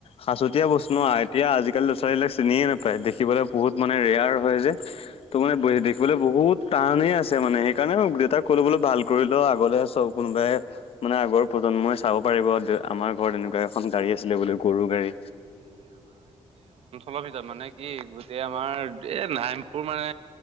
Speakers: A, on the left; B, on the right.
A: সাঁচতীয়া বস্তু আৰু এতিয়া আজিকালি ল'ৰা চোৱালীবলাক চিনিয়ে নাপায়। দেখিবলৈ বহুত মানে ৰেয়াৰ হয় যে, ত' মানে দেখিবলৈ বহুত টানে আছে মানে সেইকাৰণে মোক দেউতাক কলো বোলে ভাল কৰিলো আগলে চব কোনোবাই মানে আগৰ প্ৰজন্মই চাব পাৰিব, আমাৰ ঘৰত এনেকুৱা এখন গাড়ী আছিলে বুলি গৰু গাড়ী।
B: লফিত মানে কি গোটেই আমাৰ এ নাইমপুৰ মানে